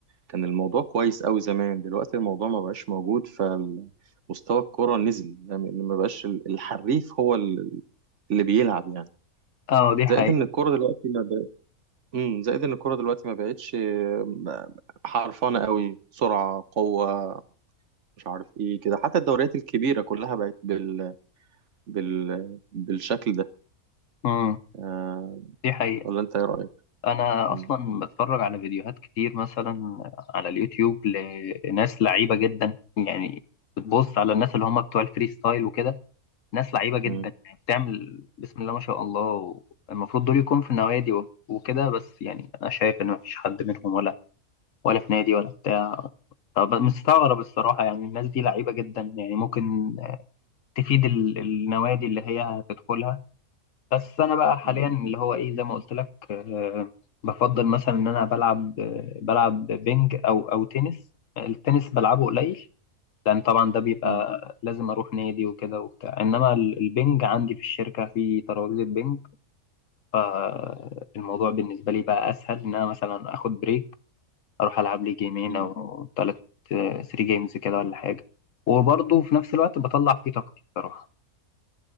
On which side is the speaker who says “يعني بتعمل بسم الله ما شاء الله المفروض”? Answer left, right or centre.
Left